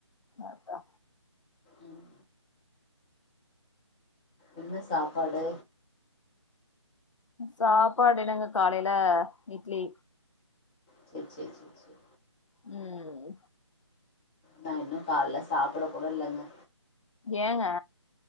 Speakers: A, on the left; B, on the left.
A: அதா
B: உம் என்ன சாப்பாடு
A: சாப்பாடு என்னங்க காலையில இட்லி
B: செரி செரி செரி செரி
A: உம்
B: நான் இன்னும் காலைல சாப்பிட கூட இல்லைங்க
A: ஏங்க